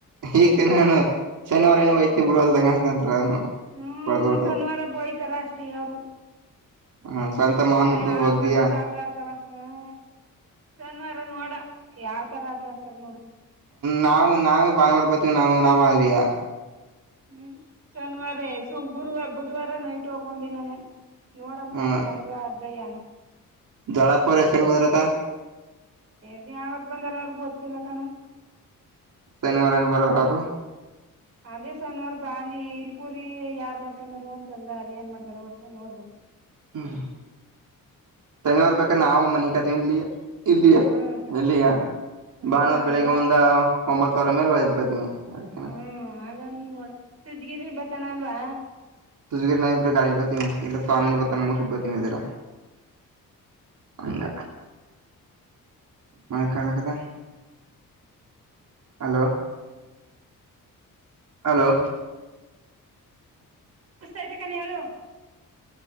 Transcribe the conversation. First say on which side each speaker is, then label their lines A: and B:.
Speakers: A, on the right; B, on the right.
A: ಈಗ ನಾನು ಶನಿವಾರ ಏನೋ ಹೋಯ್ತನಿ <unintelligible>
B: ಹ್ಮ್
A: ಹೊಡೆದ್ಬಿಟ್ಟು
B: ಶನಿವಾರ ಬೋಯ್ತಾರ ಅಷ್ಟೇ ಯಾರು.
A: ಹ ಸ್ವಂತ ಮಾವನ್
B: ಒಳ್ಳೆ
A: ಮಗ
B: ಆಡ್ಬಾರ್ದೇದ
A: ಹೋಗ್ದಯಾ
B: ಆಟ ಆಡ್ತಾವ. ಹ್ಮ ಶನ್ವಾರ ನೋಡ ಯಾವ ತರ ಆಟ ಆಡ್ತಾರ ನೋಡು.
A: ನಾವು ನಾವೇ ಭಾನುವಾರ ಬತೀವಿ ನಾವ್ ನಾಮ ಅಯಾ.
B: ಹ್ಮ್ ಶನಿವಾರ ಸ ಗುರುವಾರ ಬುಧವಾರ ನೈಟ್ ಹೋಗು ಅಂತ ನಾನು. ನೋಡ
A: ಹ್ಮ
B: ತಕ ಹೆಂಗ ಅ್ದಯ್ಯನ.
A: <unintelligible>
B: ದ್ ಯಾವತ್ ಬಂದಾರ ಅವ್ರಗ್ ಗೊತ್ತಿಲ್ಲ ಕಣ.
A: ಶನಿವಾರನ ಬರೋರು.
B: ಅದೇ ಸನ್ವಾರ ಬಾನಿ ಇಲ್ಕೂರಿ ಯಾರ್ ನೋಡ್ಕೊಂಡಾರ ಅಂತಂದ ಅದ ಏನ್ ಮಾಡ್ದಾ ರು ಹೊಟ್ಟತ ನೋಡ್ಬೇಕು.
A: ಹ್ಮ್ ಸನಿವರ್ ಬ ನಾವು ಮನಿಕಾ ತಿಲ್ಲಿ. ಇಲ್ಲಿಯೇ
B: ಹ್ಮ್
A: ಇಲ್ಲಿಯ
B: ಹ್ಮ್
A: ಭಾನುವಾರ ಬೆಳಿಗ್ಗೆ
B: ಆಗ
A: ಒಂದ ಒಂಬತ್ತವರ ಮೇಲೆ ಒಯ್ದ್ ಬತೀನಿ. ಅದಕ್ಕೇನ
B: ಹ್ಮ್ ಹಾಗನ್ ನೋಡ ಸಜ್ಗಿರಿ ಬತಾನ ಅಲ್ವಾ.
A: ಸುಜಗಿರರ ಗಾಡಿ ಬತೀ ಇಲ್ಲ ಸ್ವಾಮಿ ಬತಾನ ಮುಟ್ ಬತೀವಿ ತಾ. ಹಂಗ. ಮ ಕಾಲಾಕದ ಹಲೋ. ಹಲೋ.
B: ಸಿತ ಕನ್ಯಳೋ.